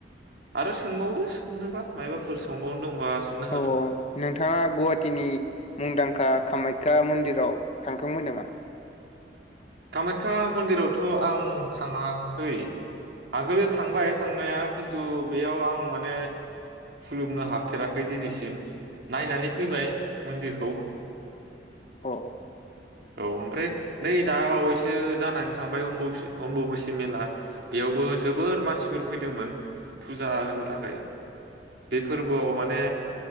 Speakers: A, on the right; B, on the left.
A: आरो सोंबावदो सोंनोबा मायबाफोर सोंबावनो दंबा सोंनो हागोन
B: अ नोंथाङा गुवाहाटीनि मुंदांखा खा कामाख्या मन्दिराव थांखांबाय नामा?
A: कामाख्या मन्दिरावथ' आङो थाङाखै आगोलो थांबाय। थांनाया खिन्थु बेयाव आं माने खुलुमनो हाबफेराखै दिनैसिम नायनानै फैबाय मन्दिरखौ।
B: अ
A: औ ओमफ्राय नै दा बावैसो जानानै थांबायम अम्बुसि अम्बुुबुसि मेला बेयावबो जोबोर मानसिफोर फैदों। मोन फुजा होनो थाखाय बे फोरबोआव माने